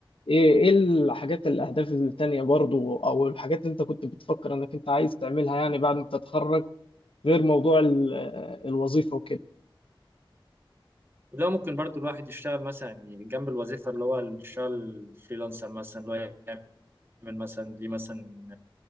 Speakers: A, on the left (about 80°); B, on the right (about 25°).
A: ايه ايه الحاجات الاهداف التانية برضو او الحاجات اللي انت كنت بتفكر انك انت عايز تعملها يعني بعد ما تتخرج غير موضوع ال- آه، الوظيفة وكده
B: لو ممكن برضو الواحد يشتغل مثلا يعني جنب الوظيفة اللي هو الشغل فريلانسر مثلا اللي هو يعمل مثلا ليه مثلا